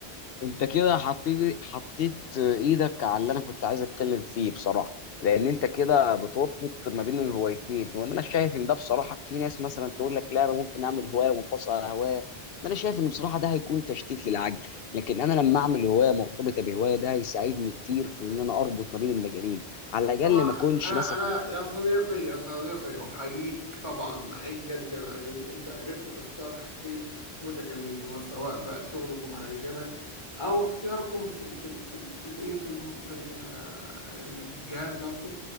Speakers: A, on the left (about 70°); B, on the left (about 30°).
A: انت كده حطيت حطيت ايدك على اللي انا كنت عايز اتكلم فيه بصراحه لان انت كده بتربط ما بين الهوايتين وان انا شايف ان ده بصراحه في ناس مثلا تقول لك لا انا ممكن اعمل هوايه منفصله عن هوايه ده انا شايف ان بصراحه ده هيكون تشتيت للعقل لكن انا لما اعمل هوايه مرتبطه بهوايه ده هيساعدني كتير في ان انا اربط ما بين المجالين على الاقل
B: طبعا
A: ما اكونش
B: انا
A: مثلا
B: انا يا صديقي يا صديقي احييك طبعا احييك جدا عشان انت عرفت تختار حاجتين متكاملين هو سواء بقى شغلكم على الجبل او اختياركم في في في في الايه في الم- في ال- آه، الجهاز نفسه